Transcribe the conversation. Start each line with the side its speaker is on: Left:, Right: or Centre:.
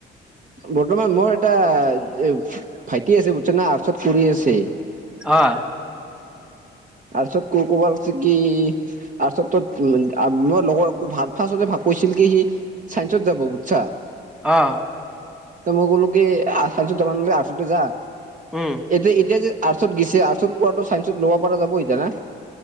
Right: বৰ্তমান মোৰ এটা ভাইটি আছে বুজিছা না আৰ্টছত কৰি আছে
Centre: অ
Right: তাৰ পিছত কব ভাল‌ কি তাৰপিছত ত মই লগৰ ভাত চাত কৈছিল কি সি চাইন্সত যাব বুজিছা
Centre: অহ
Right: মই ক'লো কি চাইন্সত যাব নালাগে আৰ্টছতে যা
Centre: উম
Right: এতিয়া এতিয়া যে আৰ্টচত গৈছে আৰ্টচত পোৱাটো চাইন্সত ল'ব পৰা যাব এতিয়া না